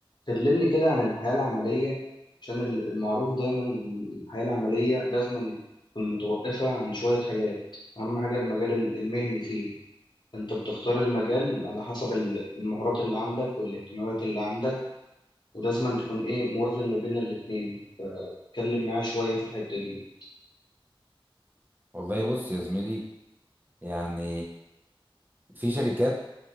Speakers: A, on the left; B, on the right.
A: كلمني كده عن الحياة العملية عشان ال- المعروف دايما ال- الحياة العملية لازم تكون متوقفة عن شوية حاجات أهم حاجة المجال ال- المهني فيها أنت بتختار المجال على حسب ال- المهارات اللي عندك والاهتمامات اللي عندك ولازم تكون إيه موازن ما بين الاتنين فتكلم معايا شوية في الحتة دي
B: والله بص يا زميلي يعني في شركات